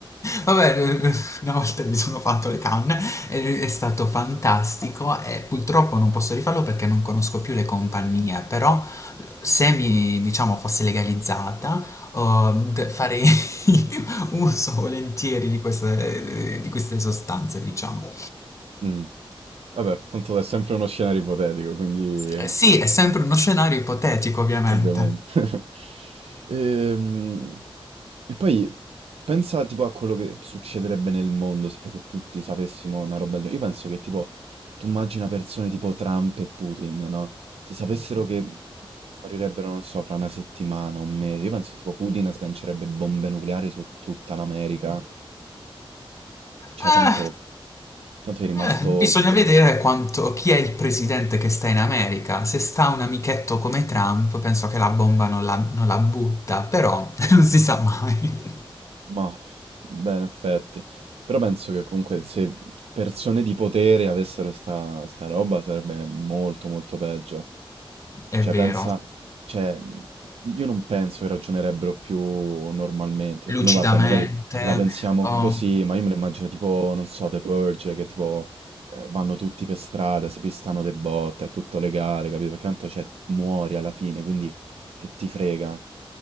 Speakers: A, on the left (about 30°); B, on the right (about 85°).
A: Vabbè, eh, una volta mi sono fatto le canne, e è stato fantastico e purtroppo non posso rifarlo perché non conosco più le compagnie, però se mi, diciamo, fosse legalizzata, oh, d- farei <laughs> uso volentieri di queste, di queste sostanze, diciamo.
B: Mm. Vabbè, tanto è sempre uno scenario ipotetico, quindi eh,
A: Eh, sì, è sempre uno scenario ipotetico, ovviamente.
B: ovviamente. <laughs> Ehm, E poi pensa tipo a quello che succederebbe nel mondo se proprio tutti sapessimo una roba del genere. Io penso che tipo, tu immagina persone tipo Trump e Putin, no? Se sapessero che morirebbero, non so, fra una settimana, un mese, io penso che tipo Putin sgancerebbe bombe nucleari su tutta l'America. Cioè,
A: Eh,
B: tanto, tanto è rimasto
A: Eh, bisogna vedere quanto, chi è il presidente che sta in America. Se sta un amichetto come Trump, penso che la bomba non la, non la butta, però <laughs> non si sa mai.
B: Mah, beh, in effetti. Però penso che comunque se persone di potere avessero sta, sta roba sarebbe molto molto peggio.
A: <laughs> È
B: Cioè,
A: vero,
B: pensa, cioè, mhmm, io non penso che ragionerebbero più normalmente, perché
A: lucidamente.
B: noi vabbè, magari la pensiamo
A: oh.
B: così, ma io me lo immagino tipo, non so, The Purge, che tipo eh, vanno tutti per strada, si pistano de botte, è tutto legale, capito? Perché tanto, cioè, muori alla fine, quindi che ti frega?